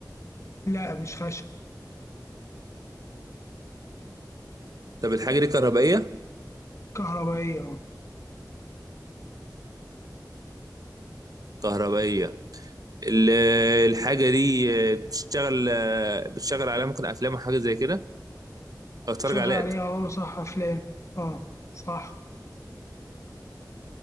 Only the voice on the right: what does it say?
طب الحاجة دي كهربائية
كهربائية ال- الحاجة دي بتشتغل بتشتغل عليها ممكن أفلام وحاجة زي كده أو تتفرج
عليها